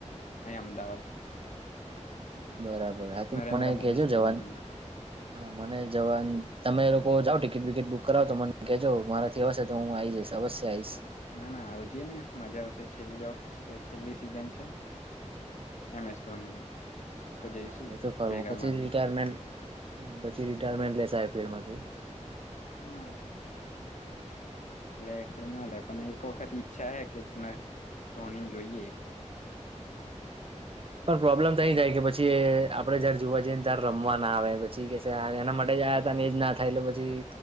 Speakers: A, on the left (about 80°); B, on the right (about 50°).
A: અહીં અમદાવાદ.
B: બરાબર હા તું
A: નરેન્દ્ર
B: મને
A: મોદી
B: કેજો
A: સ્ટેડિયમમાં
B: જવાન હા મને જવાનું. તમે એ લોકો જાાવ ટિકિટ બિકિટ બુક કરાવ તો મને કહેજો મારાથી હશે તો હું આવી જઈશ અવશ્ય આ આવીશ.
A: ના ના આવ જઈએ ને મજા આવશે છેલ્લો શું કેવાય છેલ્લી સિઝન છે, એમ એસ ધોનીની.
B: હા
A: તો જઈશું
B: એ તો ખરું
A: ભેગા
B: હ પછી
A: મળીને
B: રિટાયરમેન્ટ પછી રીટાયરમેન્ટ લે સાબ ફરમાંથી
A: હા લે કે ના લે પણ એક વખત ઈચ્છા હે કે ધોનીને જોઈએ.
B: પણ પ્રોબ્લેમ તો અહી થાય કે પછી આપડે જયારે જોવા જઈએ ને ત્યારે રમવા ના આવે. પી કે એના માટે જ આયા હતા અને એજ ના થાય એટલે પછી